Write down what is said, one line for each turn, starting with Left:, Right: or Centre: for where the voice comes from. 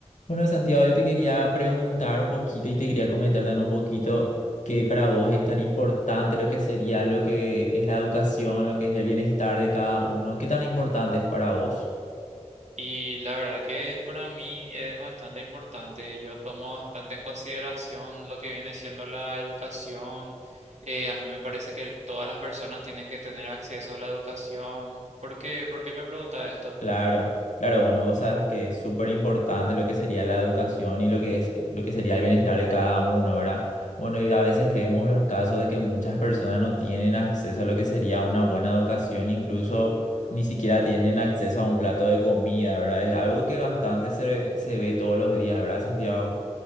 Left: Bueno, Santiago, yo te quería preguntar un poquito y te quería comentar también un poquito que para vos es tan importante lo que sería lo que es la educación, lo que es el bienestar de cada uno. ¿Qué tan importante es para vos?
Right: Y la verdad que para mí es bastante importante. Yo tomo bastante en consideración lo que viene siendo la educación. Eh, a mí me parece que todas las personas tienen que tener acceso a la educación. ¿Por qué? ¿Por qué me pregunta esto?
Left: Claro, claro, bueno, vos sabes que es súper importante lo que sería la educación y lo que es, lo que sería el bienestar de cada uno, ¿verdad? Bueno, y a veces vemos los casos de que muchas personas no tienen acceso a lo que sería una buena educación, incluso ni siquiera tienen acceso a un plato de comida, ¿verdad? Es algo que bastante se, se ve todos los días, ¿verdad, Santiago?